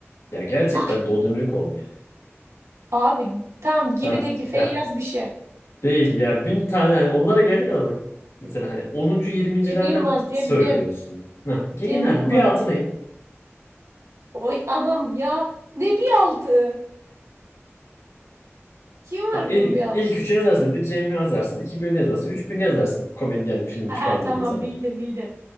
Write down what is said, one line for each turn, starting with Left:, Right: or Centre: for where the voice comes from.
Left: Ya gerçekten
Right: Ah,
Left: Doğu Demirkol mu ya?
Right: abi tam gibideki
Left: Ha.
Right: Feyyaz
Left: Ya
Right: bir şey.
Left: Değil ya bin tane hani onlara gelene kadar bak. Mesela hani onuncu, yirmincilerden
Right: Cem Yılmaz. Cem
Left: söylüyorsun.
Right: Cem.
Left: Ha, ge-
Right: Cem
Left: inan
Right: Yılmaz.
Left: bir altına in.
Right: Oy anam ya. Ne bir altı. Kim var
Left: Ta, ilk,
Right: bunun bir altı?
Left: ilk üçü yazarsın. Bir Cem'i yazarsın. iki birini yazarsın. Üç birini yazarsın. Komedyen, filmci
Right: Aha
Left: falan
Right: tamam
Left: dediğin zaman.
Right: bildim bildim.